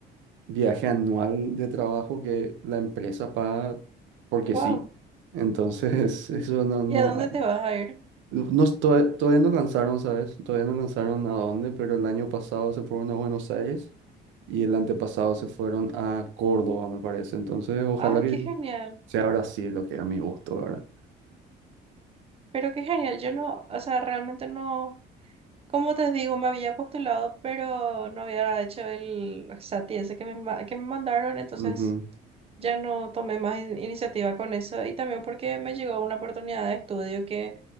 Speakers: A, on the right; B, on the right.
A: viaje anual de trabajo que la empresa paga porque
B: Wow.
A: sí. Entonces, <laughs> eso no, no
B: ¿Y a dónde
A: hay.
B: te vas a ir?
A: No, no estoy- todavía no lanzaron, ¿sabes? Todavía no lanzaron a dónde, pero el año pasado se fueron a Buenos Aires y el antepasado se fueron a Córdoba, me parece. Entonces, ojalá
B: Ay,
A: que
B: qué genial.
A: sea Brasil lo que a mi gusto, ¿verdad?
B: Pero qué genial. Yo no, o sea, realmente no. Como te digo, me había postulado, pero no había hecho el SATI ese que me, ma- que me mandaron, entonces
A: Ujú.
B: ya no tomé más in- iniciativa con eso. Y también porque me llegó una oportunidad de estudio que